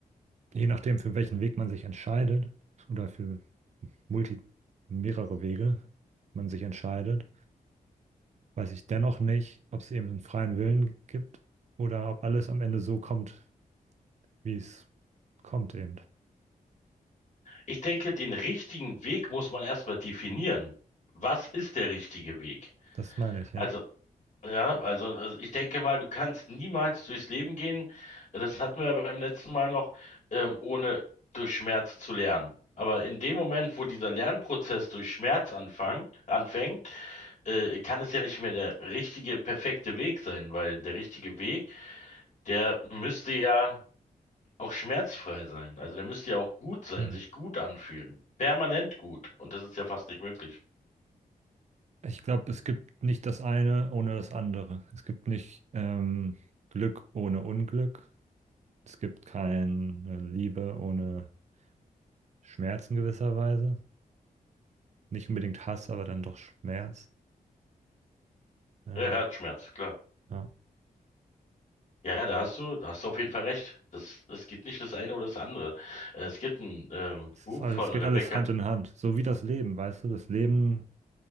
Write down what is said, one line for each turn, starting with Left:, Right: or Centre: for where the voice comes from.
Right: je nachdem, für welchen Weg man sich entscheidet oder für multi mehrere Wege man sich entscheidet, weiß ich dennoch nicht, ob es eben einen freien Willen gibt oder ob alles am Ende so kommt, wie es kommt eben.
Left: Ich denke, den richtigen Weg muss man erstmal definieren. Was ist der richtige Weg?
Right: Das meine ich, ja.
Left: Also Ja, also also ich denke mal, du kannst niemals durchs Leben gehen. Das hatten wir ja beim letzten Mal noch, ähm, ohne durch Schmerz zu lernen. Aber in dem Moment, wo dieser Lernprozess durch Schmerz anfang, anfängt, äh, kann es ja nicht mehr der richtige, perfekte Weg sein, weil der richtige Weg, der müsste ja auch schmerzfrei sein. Also der müsste ja auch gut sein,
Right: Hm.
Left: sich gut anfühlen. Permanent gut. Und das ist ja fast nicht möglich.
Right: Ich glaube, es gibt nicht das eine ohne das andere. Es gibt nicht ähm, Glück ohne Unglück. Es gibt keine Liebe ohne Schmerz in gewisser Weise. Nicht unbedingt Hass, aber dann doch Schmerz. Ähm,
Left: Ja, Herzschmerz, klar.
Right: ja.
Left: Ja, ja, da hast du, da hast du auf jeden Fall recht. Das, es gibt nicht das eine oder das andere. Es gibt ein ähm,
Right: Es
Left: Buch
Right: ist alles,
Left: von
Right: es geht
Left: Rebecca.
Right: alles Hand in Hand. So wie das Leben, weißt du, das Leben